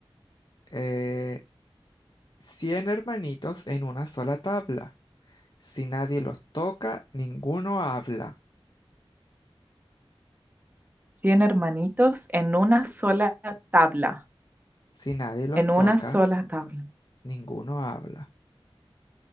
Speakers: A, on the left (about 50°); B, on the right (about 20°).
A: Eh, Cien hermanitos en una sola tabla. Si nadie los toca, ninguno habla.
B: Cien hermanitos en una sola tabla.
A: Si nadie los
B: En
A: toca,
B: una sola tabla.
A: ninguno habla.